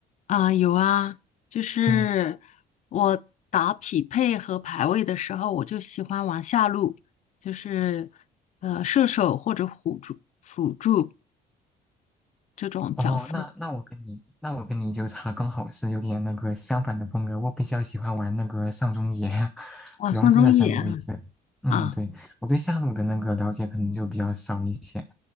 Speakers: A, on the left; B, in the centre.
A: 啊，有啊，就是我打匹配和排位的时候，
B: 嗯。
A: 我就喜欢玩下路，就是呃射手或者辅助辅助这种角色。
B: 哦，那那我跟你，那我跟你就差刚好是有点那个相反的风格。我比较喜欢玩那个上中野，<laughs>
A: 哇，
B: 主要是那三个位置。
A: 上中野啊
B: 嗯，
A: 啊！
B: 对，我对下路的那个了解可能就比较少一些，